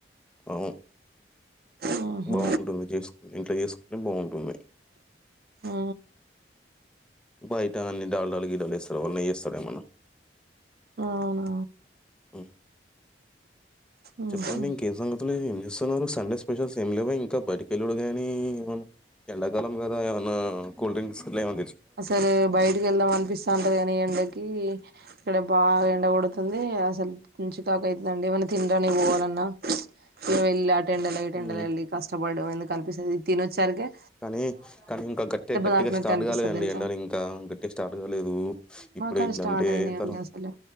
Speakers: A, in the centre; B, on the right.
A: అవును
B: ఉహు
A: బాగుంటుంది చేసు ఇంట్లా చేసుకుంటే బాగుంటుంది
B: ఉ
A: బయట అన్ని డాల్డ లు గీల్డ లు వేస్తారు వాళ్లు నెయ్యి వేస్తాం కదా మనం
B: అవునా
A: మ్
B: ఉహు
A: చెప్పండి ఇంకేం సంగతులు ఏం చేస్తున్నారు సండే స్పెషల్స్ ఏమి లేవ ఇంకా బడి కెల్లుడు గాని ఏమన్నా ఎండాకాలం కదా ఏమన్నా కూల్ డ్రింక్స్ గిన ఏమ
B: అసలు బయటికి వెళ్దాం అనిపిస్తాంటాది కాని ఎండకి ఇక్కడ బాగా ఎండ కొడుతుంది అ సలు ఇంచు తాక అయితుందండి ఏమైనా తినడానికి పోవాలన్నా ఇ వెళ్ళి ఎండల ఇటు
A: హ్మ్.
B: ఎండల వెళ్లి కష్టం ఎందుకు అనిపిస్తది తినొచ్చే సరికే
A: కానీ కాని ఇంకా గట్టి గట్టిగా
B: తాకినట్టు
A: స్టార్ట్
B: అనిపిస్తది
A: కాలే
B: తెలుసా
A: దు ఎండలు ఇంకా గట్టిగా స్టార్ట్ కాలేదు ఇప్పుడే
B: మాకాడ
A: ఇట్లాంటే
B: స్టార్ట్ అయినాయండి
A: తర్వా
B: అసలు